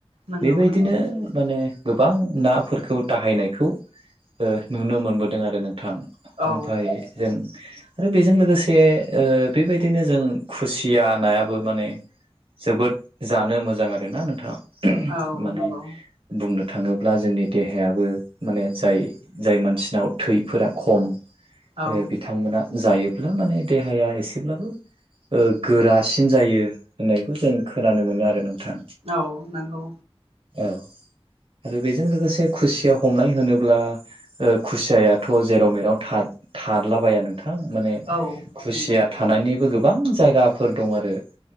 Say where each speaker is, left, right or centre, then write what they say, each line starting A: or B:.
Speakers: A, on the right; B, on the right.
A: नंगौ
B: बेबायदिनो
A: नंगौ
B: माने गोबां नाफोरखौ दाहायनायखौ नुनो मोनबोदों आरो नोंथां ओमफाय
A: औ
B: जों आरो बेजों लोगोसे ओ बेबायदिनो जों खुसिया नायाबो माने जोबोद जानो मोजां आरोना नोंथाङा
A: औ
B: माने
A: नंगौ
B: बुंनो थाङोब्ला जोंनि देहायाबो माने जाय जाय मानसिनाव थैफोरा खम
A: औ
B: ओ बिथांमोना जायोब्ला माने देहाया एसेब्लाबो ओ गोरासिन जायो होननायखौ जों खोनानो मोनो आरो नोंथाङा।
A: औ नोंगौ
B: ओ आरो बेजों लोगोसे खुसिया हमनाय होनोब्ला खुसियाथ जेराव मेराव। था थारलाबाया नों। थां माने
A: औ
B: खुसिया
A: नंगौ
B: थानायनिबो गोबां जायगाफोर दं आरो